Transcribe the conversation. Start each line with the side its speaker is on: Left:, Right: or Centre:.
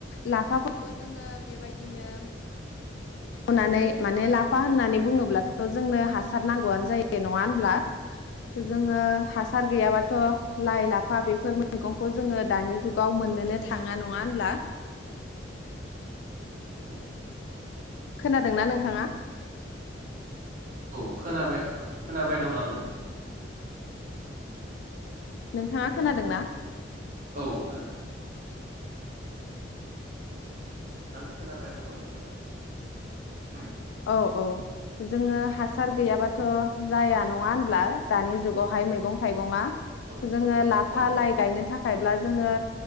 Left: लाफाखौबो जोङो बेबायदिनो फचखनानै लाफा होननानै बुङोब्लाथ जोंनो हासार नांगौआनो जायो नङा होनब्ला जोङो हासार गैयाबाथ लाइ लाफा बेफोर मैगंखौ जोङो दानि जुगाव मोननोनो थाङा नङा होनब्ला?
Right: औ
Left: खोनादोंना नोंथाङा?
Right: औ खोनाबाय थां खोनाबाय दं आङो
Left: नोंथाङा खोनादोंना?
Right: औ खोनादों। आं खोनाबाय दङ नोंथां।
Left: औ औ जोङो हासार गैयाबाथ' जाया नङा होनब्ला दानि जुगावहाय मैगं थाइगङा
Right: औ
Left: जोङो
Right: औ
Left: लाफा
Right: औ
Left: लाइ गायनो थाखायब्ला जोड़ो